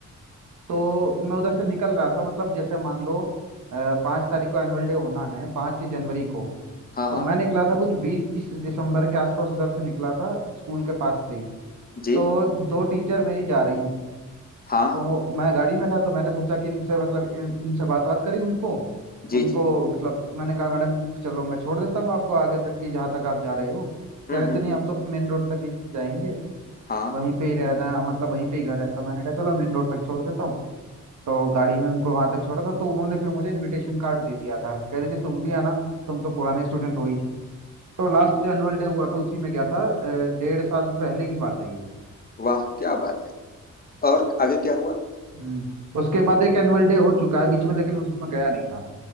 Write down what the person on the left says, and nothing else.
हाँ हाँ
जी
हाँ
जी
जी
हम्म
हम्म
हम्म
हाँ
वाह क्या बात है और आगे क्या हुआ